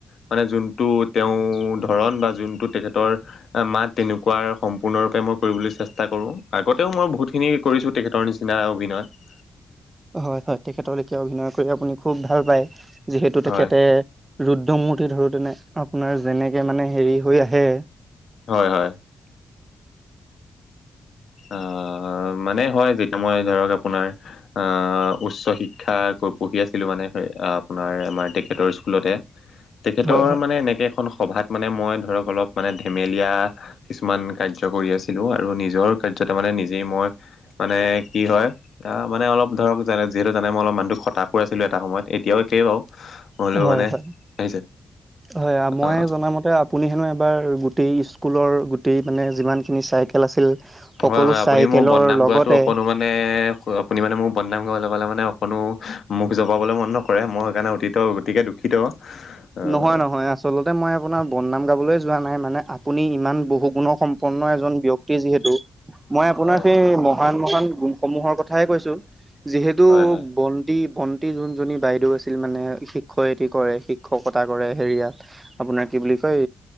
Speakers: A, on the left (about 70°); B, on the right (about 30°).
A: মানে যোনটো তেওঁ ধৰণ বা যোনটো তেখেতৰ মাত তেনেকুৱা সম্পূৰ্ণৰূপে মই কৰিবলৈ চেষ্টা কৰো। আগতেও মই বহুতখিনি কৰিছোঁ তেখেতৰ নিচিনা অভিনয়।
B: হয় হয়, তেখেতৰ লেখিয়া অভিনয় কৰি আপুনি খুব ভাল পায়। যিহেতু তেখেতে
A: হয়
B: ৰুদ্ৰমূৰ্তি ধৰোতেনে আপোনাৰ যেনেকে মানে হেৰি হৈ আহে।
A: হয় হয়। অহ' মানে হয়, যেতিয়া মই ধৰক আপোনাৰ অহ' উচ্চ শিক্ষা পঢ়ি আছিলোঁ মানে আপোনাৰ আমাৰ তেখেতৰ স্কুলতে। তেখেতৰ
B: হয় হয়।
A: মানে এনেকে এখন সভাত মানে মই ধৰক অলপ মানে ধেমেলীয়া কিছুমান কায্যকৰি আছিলোঁ আৰু নিজৰ কায্যতে মানে নিজেই মই মানে কি হয় আহ' মানে অলপ ধৰক যেনে যিহেতু জানে মই মানুহটো অলপ খতাখু আছিলোঁ এটা সময়ত। এতিয়াও একেই বাৰু। হেলেও
B: হয়
A: মানে,
B: হয়
A: আহিছে,
B: হয় মই
A: অঁ।
B: জনামতে আপুনি হেনো এবাৰ গোটেই স্কুলৰ গোটেই মানে যিমানখিনি চাইকেল আছিল সকলো
A: হয় হয়,
B: চাইকেলৰ
A: আপুনি মোৰ বদনাম
B: লগতে
A: গোৱাটো অকনো মা মানে, আপুনি মানে মোৰ বদনাম গাবলৈ পালে মানে অকনো মোখ জপাবলৈ মন নকৰে, মই সেইকাৰণে অতীতৰ গতিকে দুখিত। হয়
B: নহয় নহয়, আচলতে মই আপোনাৰ বদনাম গাবলৈ যোৱা নাই। মানে আপুনি ইমান বু গুণ সম্পন্ন এজন ব্যক্তি যিহেতু, মই আপোনাৰ
A: হয়
B: সেই মহান মহান গুণসমূহৰ কথ কথাই কৈছোঁ। যিহেতু
A: হয় হয়
B: বন বন্তি ভণ্টি যোনজনী বাইদেউ আছিল মানে, শিক্ষয়িত্ৰী কৰে, শিক্ষকতা কৰে হেৰিয়াত। আপোনাৰ কি বুলি কয়,